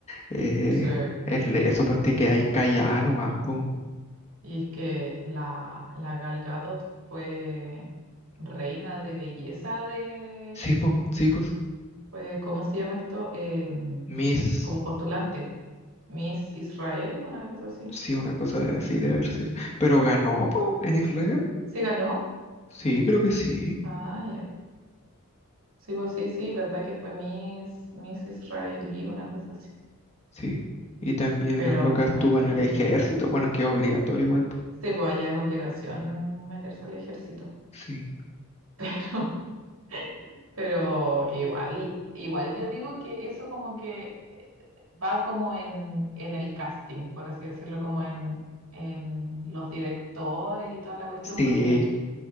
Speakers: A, on the left; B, on the right.
A: eh,
B: sí.
A: es de eso, pues te quedáis callada nomás, pues.
B: Y es que la, la Gal Gadot fue reina de belleza de
A: Sí, pues, sí, pues.
B: fue, ¿cómo se llama esto? Em,
A: Mis
B: como postulante. Miss Israel, una cosa así.
A: Sí, una cosa de- así de haber sido. Pero ganó, po, en Israel.
B: ¿Sí ganó?
A: Sí, creo que sí.
B: Ah, ya. Sí, pues sí, sí, verdad que fue Miss, Miss Israelí, una cosa así.
A: Sí. Y también
B: Pero
A: la loca
B: imagínate,
A: estuvo en el ejército.
B: po.
A: Bueno, es que es obligatorio igual, po.
B: Sí, pues allá es obligación meterse al ejército.
A: Sí.
B: <laughs> Pero, pero igual, igual yo digo que eso como que eh, va como en, en el casting, por así decirlo, como en, en los directores y toda la cuestión,
A: Sí.
B: porque